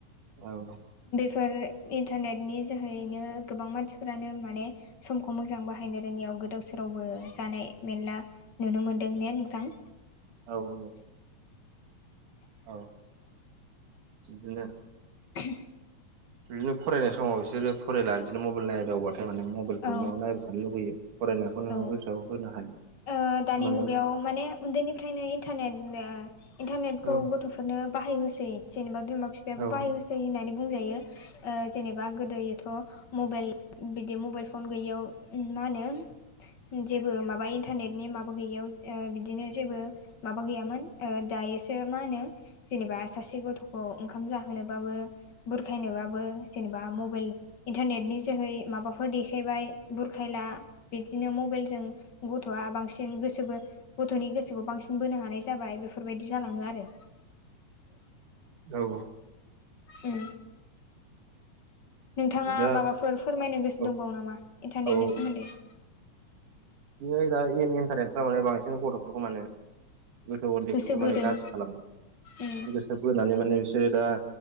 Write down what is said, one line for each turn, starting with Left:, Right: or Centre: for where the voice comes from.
Right: औ द
Left: फोर इन्टारनेटनि जोहैैनो गोबां मानसिफोरानो माने समखौ मोजां बाहायो बाहायनो रोङियाव गोदाव सोरावबो जानाय मेरला नुनो मोन्दों ने नोंथां
Right: औ औ बिदिनो
Left: <inaudible>
Right: बिदिनो फरायनाय समाव बिसोरो फरायला बिदिनो मबाइल नायदावब थारमाने मबाइलखौल
Left: औ
Right: नायबाय थानो लुुबैयो फरायनायखौ नोङो
Left: औ
Right: गोसोआव होनो हाया
Left: ओ दानि
Right: माने
Left: मुगायाव माने उन्दैनिफ्रायनो इन्टारनेट ओ इन्टारनेटखौ
Right: औ
Left: गथ'फोरनो बाहाय होसै जेनेबा बिमा बिफायाबो
Right: औ
Left: बाहाय होसै होननानै बुंजायो ओ जेनेबा गोदोयोथ' मबेल दि मबाइल फन गैयैयाव मा होनो जेबो माबायो इन्टारनेटनि माबा गैयियाव ओ बिदिनो जेबो माबा गैयामोन ओ दायोसो मा होनो जेनेबा सासे गथ'खौ ओंखाम जाहोनोबाबो बुरखायनोबाबो जेनेबा मबाइल इन्टारनेटनि जोहै माबा फोर देखायबाय बुरखायला बिदिनो मबाइलजों गथ'आ बांसिन गोसोबो गथ'नि गोसोखौ बांसिन बोनो हानाय जाबाय बेफोरबायदि जालाङो आरो
Right: औ।
Left: उम। नोंथाङा
Right: औ दा
Left: माबाफोर फोरमायनो गोसो
Right: औ
Left: दंबावो नामा इन्टारनेटनि
Right: औ
Left: सोमोन्दै
Right: बे दा ए इन्टारेन्फ्रा मे बांसिन गथ'फोरखौ माने गोथौ उन्दैफोरखौ
Left: गोसो बोदों
Right: माने गाज्रि खालामो
Left: उम
Right: गोसो थोब होनानै माने बिसोरो दा